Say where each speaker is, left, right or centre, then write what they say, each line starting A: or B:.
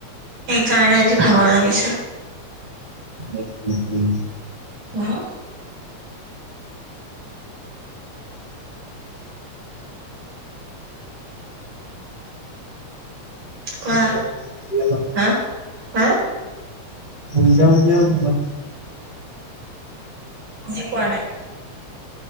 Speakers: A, on the right; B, on the right.
A: সেইকাৰণে আজি ভাগৰ লাগিছে।
B: উম উম উম।
A: ৱাও। কোৱা
B: যাও
A: হাঁ। হা।
B: মিজা বাতি আৰু ধূনা।
A: বুজি পোৱা নাই।